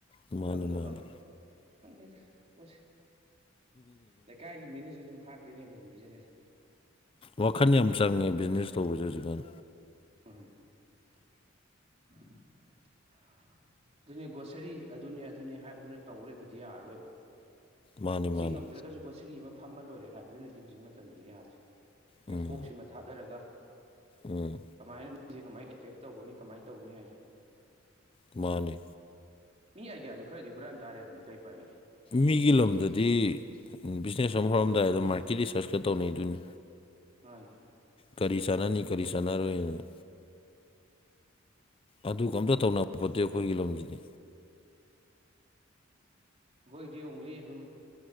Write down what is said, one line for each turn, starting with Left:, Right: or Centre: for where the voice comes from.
Left: ꯃꯥꯅꯦ
Right: ꯉꯝꯅꯕ
Left: ꯃꯥꯅꯦ
Right: ꯑꯃꯨꯛ ꯈꯪꯗꯦꯗ ꯄꯣꯠꯁꯦ ꯂꯩꯀꯥꯏꯒꯤ ꯃꯤꯅꯖꯨ ꯑꯗꯨꯝ ꯍꯥꯠꯄꯤꯅꯦꯕ ꯑꯗꯨꯝ ꯕꯤꯖꯤꯟꯅꯦꯁ
Left: ꯋꯥꯈꯟ ꯌꯥꯝ ꯆꯪꯉꯦ ꯕꯤꯖꯤꯅꯦꯁ ꯇꯧꯕꯖꯦ ꯍꯧꯖꯤꯛꯀꯥꯟ
Right: <unintelligible> ꯑꯗꯨꯅꯦ ꯒꯣꯁꯥꯔꯤ ꯑꯗꯨꯅꯤ ꯑꯗꯨꯅꯤ ꯍꯥꯏꯕꯗꯨꯅ ꯇꯧ ꯂꯩꯕꯗꯤ ꯌꯥꯔꯔꯣꯏꯕ
Left: ꯃꯥꯅꯤ
Right: ꯁꯤ
Left: ꯃꯥꯅꯤ
Right: ꯉꯝꯗ꯭ꯔꯒꯖꯨ ꯒꯣꯁꯥꯔꯤ ꯑꯃ ꯐꯝꯃ ꯂꯣꯏꯔꯦ ꯍꯥꯏꯕꯗꯨꯅꯗꯤ ꯍꯧꯖꯤꯛ ꯃ ꯃꯇꯝꯗꯗꯤ ꯌꯥꯗ꯭ꯔꯦ ꯈꯤꯇꯪ
Left: ꯎꯝ
Right: ꯀꯣꯛꯁꯤꯃ ꯊꯥꯗꯔꯒ
Left: ꯎꯝ
Right: ꯀꯃꯥꯏꯅ ꯃꯤꯖꯦ ꯀꯃꯥꯏ ꯑꯦꯇ꯭ꯔꯦꯛ ꯇꯧꯒꯅꯤ ꯀꯃꯥꯏ ꯇꯧꯅꯤ ꯍꯥꯏꯕꯖꯦ
Left: ꯃꯥꯅꯤ
Right: ꯃꯤ ꯑꯥꯏꯗꯤꯌꯥꯗꯨ ꯈꯔꯗꯤ ꯍꯨꯔꯥꯟ ꯇꯥꯔꯦꯗꯅ ꯀꯩ ꯎꯄꯥꯏ ꯂꯩ
Left: ꯃꯤꯒꯤ ꯂꯝꯗꯗꯤ ꯕꯤꯖꯤꯅꯦꯁ ꯑꯃ ꯍꯧꯔꯝꯗꯥꯏꯗ ꯃꯥꯔꯀꯦꯠ ꯔꯤꯁꯔꯁꯀ ꯇꯧꯅꯩꯗꯨꯅꯤ
Right: ꯃꯥꯅꯤ
Left: ꯀꯔꯤ ꯆꯥꯟꯅꯅꯤ ꯀꯔꯤ ꯆꯥꯟꯅꯔꯣꯏꯅ ꯑꯗꯨꯒ ꯑꯝꯇ ꯇꯧꯅꯕ ꯄꯣꯠꯇꯦ ꯑꯩꯈꯣꯏꯒꯤ ꯂꯝꯖꯤꯗꯤ
Right: ꯑꯈꯣꯏꯒꯤꯗꯤ ꯑꯣꯡꯂꯤ ꯑꯗꯨꯝ